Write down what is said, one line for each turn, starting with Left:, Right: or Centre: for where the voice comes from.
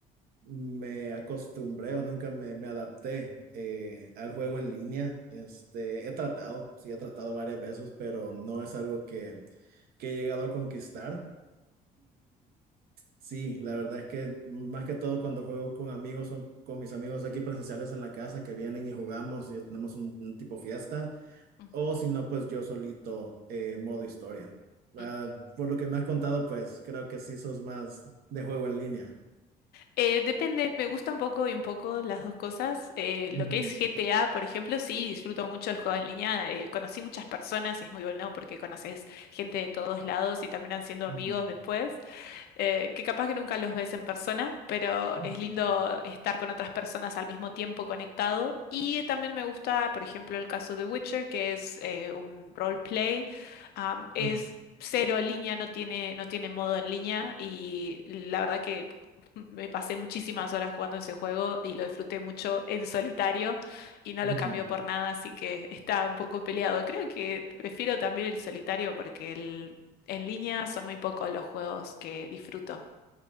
Right: me acostumbré o nunca me, me adapté eh, al juego en línea. Este, he tratado, sí, he tratado varias veces, pero no es algo que, que he llegado a conquistar. Sí, la verdad es que más que todo cuando juego con amigos, son con mis amigos aquí presenciales en la casa que vienen y jugamos y tenemos un, un tipo fiesta,
Left: mm,
Right: o si no, pues yo solito, eh, modo historia. Ah,
Left: mm.
Right: por lo que me has contado, pues creo que sí sos más de juego en línea.
Left: Eh, depende, me gusta un poco y un poco las dos cosas. Eh, lo
Right: Ujú,
Left: que es GTA, por ejemplo, sí, disfruto mucho el juego en línea. eh, conocí muchas personas, es muy bueno porque conoces gente de todos lados y terminan siendo amigos
Right: ujú,
Left: después. eh, que capaz que nunca los ves en persona, pero
Right: ujú,
Left: es lindo estar con otras personas al mismo tiempo conectado. Y también me gusta, por ejemplo, el caso de Witcher, que es eh, un roleplay, am, es
Right: ujú,
Left: cero en línea, no tiene, no tiene modo en línea y la verdad que... Me pasé muchísimas horas jugando ese juego y lo disfruté mucho en solitario y no
Right: ujú.
Left: lo cambió por nada, así que está un poco peleado. Creo que prefiero también el solitario porque el en línea son muy pocos los juegos que disfruto.